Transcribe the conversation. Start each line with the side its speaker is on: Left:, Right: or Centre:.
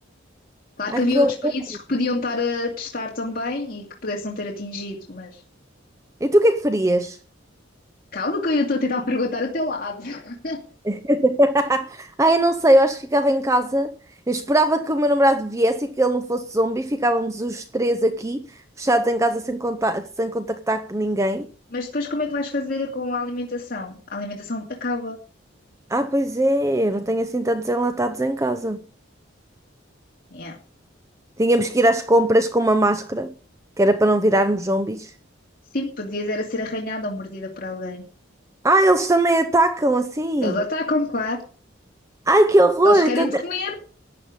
Left: Claro
Right: Ai,
Left: que havia
Right: que
Left: outros
Right: horror.
Left: países que podiam estar a testar também e que pudessem não ter atingido, mas
Right: E tu o que é que farias?
Left: calma que eu ainda estou a tentar perguntar ao teu lado. <laughs>
Right: <laughs> Ai, eu não sei, eu acho que ficava em casa. Eu esperava que o meu namorado viesse e que ele não fosse zombi. Ficávamos os três aqui, fechados em casa sem conta- sem contactar com ninguém.
Left: Mas depois como é que vais fazer com a alimentação? A alimentação acaba.
Right: Ah, pois é, eu não tenho assim tantos enlatados em casa.
Left: Yeah.
Right: Tínhamos que ir às compras com uma máscara, que era para não virarmos zombies.
Left: Sim, podias era ser arranhada ou mordida por alguém.
Right: Ah, eles também atacam assim.
Left: Eles atacam, claro.
Right: Ai, que horror!
Left: Eles querem
Right: Então,
Left: te comer.